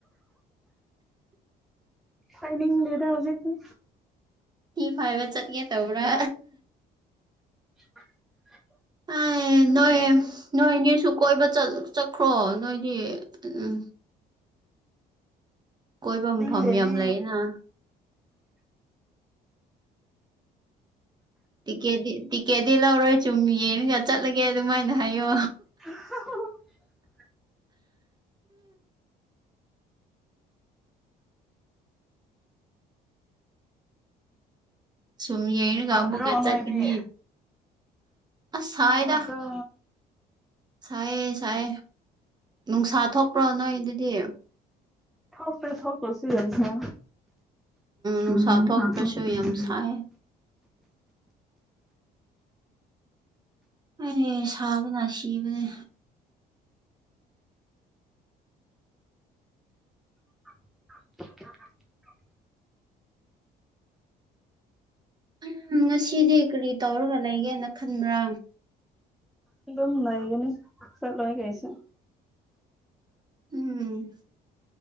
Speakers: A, in the centre; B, on the right.
A: ꯐꯅꯤꯡ ꯂꯩꯗ ꯍꯧꯖꯤꯛꯀꯤ
B: ꯐꯤ ꯐꯥꯏꯕ ꯆꯠꯀꯦ ꯇꯧꯕ꯭ꯔꯥ
A: <inaudible>
B: ꯑꯥꯏ ꯅꯣꯏ ꯅꯣꯏ ꯑꯅꯤꯁꯨ ꯀꯣꯏꯕ ꯆꯠꯈ꯭ꯔꯣ ꯅꯣꯏꯗꯤ ꯎꯝ ꯀꯣꯏꯕ
A: ꯆꯠꯅꯤꯡꯗꯦꯅꯦ
B: ꯃꯐꯝ ꯌꯥꯝ ꯂꯩꯌꯦꯅ ꯇꯤꯛꯀꯦ ꯇꯤꯛꯀꯦꯠꯇꯤ ꯂꯧꯔꯣꯏ ꯁꯨꯝ ꯌꯦꯡꯒ ꯆꯠꯂꯒꯦ ꯑꯗꯨꯃꯥꯏꯅ ꯍꯥꯏꯌꯣ
A: <unintelligible>
B: ꯁꯨꯝ ꯌꯦꯡꯔꯒ ꯑꯃꯨꯛꯀ
A: ꯍ꯭ꯔꯣꯅ
B: ꯆꯠꯀꯅꯤ
A: ꯏꯗꯤ
B: ꯑꯁ ꯁꯥꯏꯗ
A: ꯗ꯭ꯔ
B: ꯁꯥꯏꯌꯦ ꯁꯥꯏ ꯅꯨꯡꯁꯥ ꯊꯣꯛꯄ꯭ꯔꯣ ꯅꯣꯏ ꯑꯗꯨꯗꯤ
A: ꯊ ꯐ ꯊ ꯀꯁꯤꯒ ꯊ
B: ꯅꯨꯡꯁꯥ
A: ꯎꯝ
B: ꯊꯣꯛꯇ꯭ꯔꯁꯨ
A: ꯁꯥꯇꯣ
B: ꯌꯥꯝ
A: ꯀ
B: ꯁꯥꯏ ꯑꯔꯦ ꯁꯥꯥꯕꯅ ꯁꯤꯕꯅꯦ
A: <unintelligible>
B: ꯎꯝ ꯉꯁꯤꯗꯤ ꯀꯔꯤ ꯇꯧꯔꯒ ꯂꯩꯒꯦꯅ ꯈꯟꯕ꯭ꯔꯥ
A: ꯑꯗꯨꯝ ꯂꯩꯒꯅꯤ ꯆꯂꯣ ꯀꯩꯁ
B: ꯎꯝ